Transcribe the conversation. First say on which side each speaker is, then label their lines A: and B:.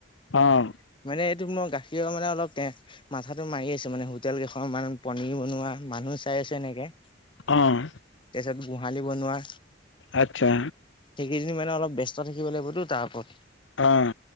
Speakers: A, on the left; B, on the left.
A: অঁ!
B: মানে এইটো মই গাখীৰ মানে অলপ- মাথাাতটো মাৰি আছো মানে হোটেল কেইখন মান পনীৰ বনোৱা মানুহ চাই আছো এনেকে-
A: অঁ!
B: তাৰপিছত গোহালি বনোৱা।
A: আচ্ছা।
B: এইকেইদিন মানে অলপ ব্যস্ত থাকিব লাগিবতো তাৰ ওপৰত-
A: অঁ!